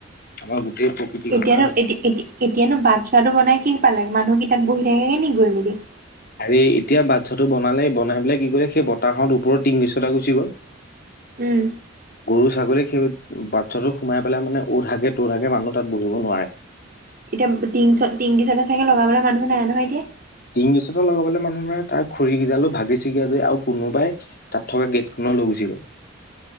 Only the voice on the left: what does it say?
আমাৰ গোটেই প্ৰকৃতিখন
মানে ধ্বং
আৰু এই এতিয়া বাটচ'ৰাটো বনালে বনাই পেলাই কি কৰিলে সেই বতাহত ওপৰত টিংকিচটা গুছি গ'ল!
গৰু ছাগলী সেই বাটচ'ৰাটো সোমাই পেলাই মানে অ'ত হাগে ত'ত হাগে মানুহ তাত বহিব নোৱাৰে।
টিংকিচতা লগাবলে মানুহ নাই তাৰ খৰিকেইডালো ভাগি ছিগি দি আৰু কোনোবাই তাত থকা গেটখনো লৈ গুচি গ'ল!